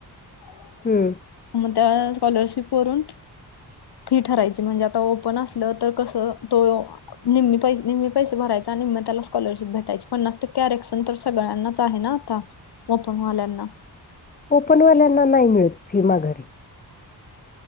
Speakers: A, on the left; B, on the left.
A: <inaudible>
B: हम्म.
A: मग त्या स्कॉलरशिप वरून फी ठरायची म्हणजे आता ओपन असलं तर कसं तो निम्मी पैसे निम्मी पैसे भरायच आणि निम्मी त्याला स्कॉलरशिप भेटायची. पन्नास टक्के आरक्षण तर सगळ्यांनाच आहे ना आता. ओपन वाल्यांना.
B: ओपनवाल्यांना नाही मिळत फी माघारी.